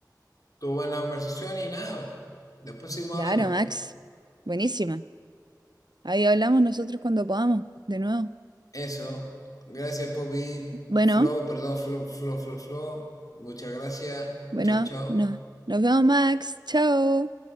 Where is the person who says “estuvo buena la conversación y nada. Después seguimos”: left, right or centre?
Left